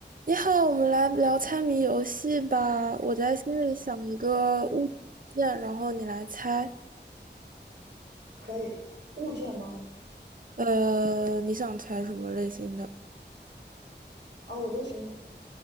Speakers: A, on the right; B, on the right.
A: 你好，我们来聊猜谜游戏吧。我在心里想一个物件，然后你来猜。
B: 可以，物件吗？
A: 呃，你想猜什么类型的？
B: 啊，我都行。